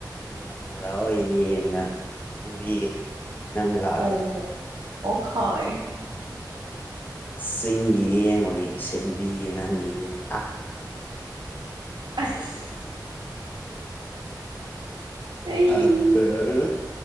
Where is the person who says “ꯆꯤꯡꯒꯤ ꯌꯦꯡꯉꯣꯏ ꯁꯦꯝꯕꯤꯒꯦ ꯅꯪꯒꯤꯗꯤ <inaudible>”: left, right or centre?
Left